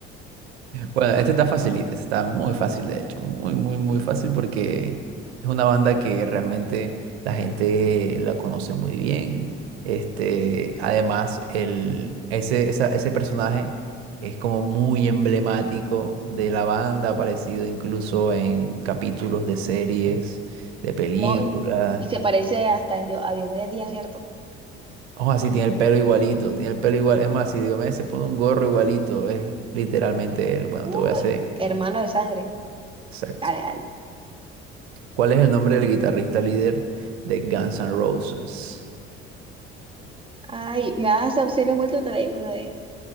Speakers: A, on the right; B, on the right.
A: Bueno, este está facilita, este está muy fácil de hecho, muy, muy, muy fácil porque es una banda que realmente la gente la conoce muy bien. Este, además, el, ese, esa- ese personaje es como muy emblemático de la banda, aparecido incluso en capítulos de series, de películas.
B: No, y, y se parece hasta en Dio- a Diomedes Díaz, ¿cierto?
A: Ojo, así tiene el pelo igualito, tiene el pelo igual. Es más, si Diomedes se pone un gorro igualito, es literalmente él. Bueno,
B: Uy,
A: te voy a hacer.
B: hermano de sangre.
A: Exacto.
B: Dale, dale.
A: ¿Cuál es el nombre del guitarrista líder de Guns N' Roses?
B: Ay, me das opciones múltiples, te la digo una vez.